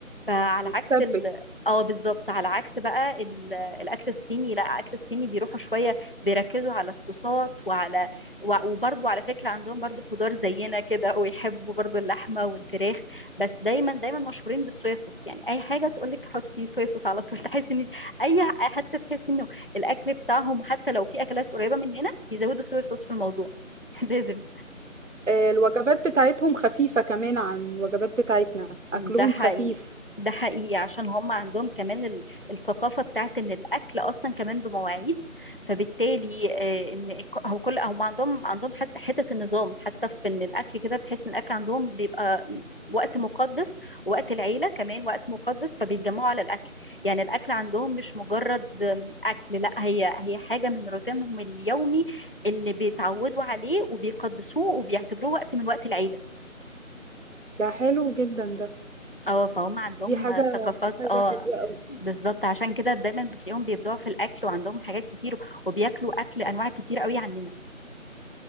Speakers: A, on the left; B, on the right.
A: فعلى
B: متسبك
A: عكس ال اه بالظبط على عكس بقى ال- الاكل الصيني لا الاكل الصيني بيروحوا شويه بيركزوا على الصوصات وعلى و- وبرضو على فكره عندهم برضو خضار زينا كده ويحبوا برضو اللحمه والفراخ بس دايما دايما مشهورين بالصويا صوص يعني اي حاجه تقولك حطي صويا صوص على طول تحسي ان اي حتى تحس انه الاكل بتاعهم حتى لو في اكلات قريبه مننا بيزودوا صويا صوص في الموضوع <laughs> لازم
B: آه، الوجبات بتاعتهم خفيفة كمان عن الوجبات بتاعتنا
A: ده
B: اكلهم
A: حقيقي
B: خفيف
A: ده حقيقي عشان هم عندهم كمان ال- الثقافة بتاعت ان الاكل اصلا كمان بمواعيد فبالتالي آه، ان ك- هو كل هم عندهم عندهم حتى حتة النظام حتى في ان الاكل كده بتحس ان الاكل عندهم بيبقى وقت مقدس وقت العيلة كمان وقت مقدس فبيتجمعوا على الاكل يعني الاكل عندهم مش مجرد آم، اكل لا هي هي حاجة من روتينهم اليومي اللي بيتعودوا عليه وبيقدسوه وبيعتبروه وقت من وقت العيلة
B: ده حلو جدا ده
A: اه فهم عندهم
B: دي حاجة
A: ثقافات
B: حاجة
A: اه
B: حلوة قوي
A: بالظبط عشان كده دايما بتلاقيهم بيبدعوا في الاكل وعندهم حاجات كتير وبياكلوا اكل انواع كتير قوي عننا